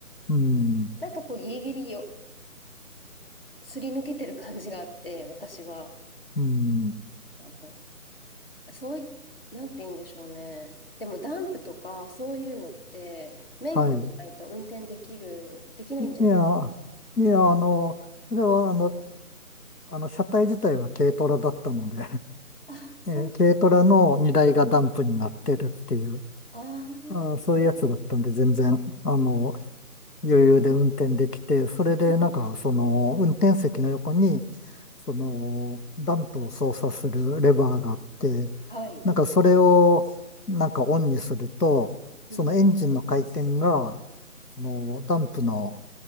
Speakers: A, on the left; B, on the left.
A: うん、
B: なんかこう、ギリギリよ、すり抜けてる感じがあって、私は、
A: うん、
B: あの、そうい、なんて言うんでしょうね。でもダンプとかそういうのって免許じゃないと運転できる、
A: はい。
B: できないんじゃない
A: いや、いや、あの、それは、あの、あの、車体自体は軽トラだったので
B: ああ、そう。
A: <laughs> えー、軽トラの荷台がダンプになってるっていう、
B: ああ、
A: あー、そういうやつだったんで、全然、あの、余裕で運転できて、それでなんかその運転席の横に
B: うん。
A: そのダンプを操作するレバーがあって、
B: はい。
A: なんかそれをなんかオンにすると、
B: うん。
A: そのエンジンの回転がそのダンプの、